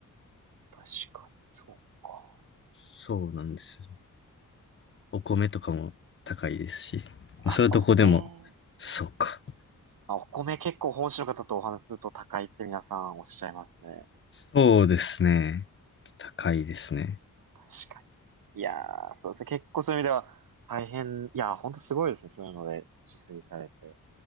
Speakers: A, on the right (about 80°); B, on the left (about 35°).
A: 確かに、そうか。
B: そうなんです。お米とかも高いですし、まあ、
A: あ、
B: そういうとこでも、
A: 米、
B: そうか。
A: ええあ、お米結構本州の方とお話しすると高いって皆さんおっしゃいますね。
B: そうですね。高いですね。
A: 確かに。いやー、そうですね。結構そういう意味では大変、いやー、ほんとすごいですね。そういうので自炊されて。